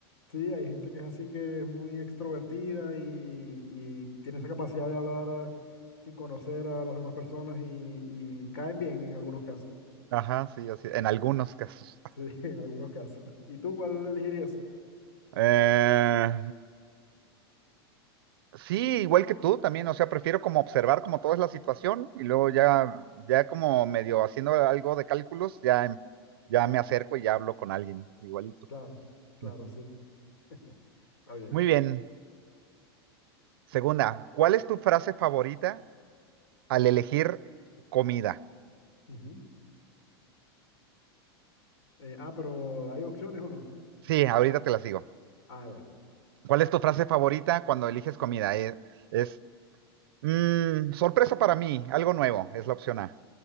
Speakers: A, on the left (about 70°); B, on the right (about 65°).
A: sí, hay gente que es así, que es muy extrovertida y, y tiene esa capacidad de hablar sin conocer a las demás personas y, y caen bien en algunos casos.
B: Ajá, sí, así, en algunos casos.
A: Sí, <laughs> en algunos casos. ¿Y tú cuál elegirías?
B: Eh, sí, igual que tú también, o sea, prefiero como observar como toda es la situación y luego ya, ya como medio haciendo algo de cálculos, ya, em, ya me acerco y ya hablo con alguien, igualito.
A: Claro, claro,
B: Ujú.
A: sí. <laughs> Está bien.
B: Muy bien. Segunda, ¿cuál es tu frase favorita al elegir comida?
A: Ujú. Eh, ah, pero ¿hay opciones o no?
B: Sí, ahorita te las digo.
A: Ah, ya.
B: ¿Cuál es tu frase favorita cuando eliges comida? Eh, Es, "Mm, sorpresa para mí, algo nuevo, es la opción A.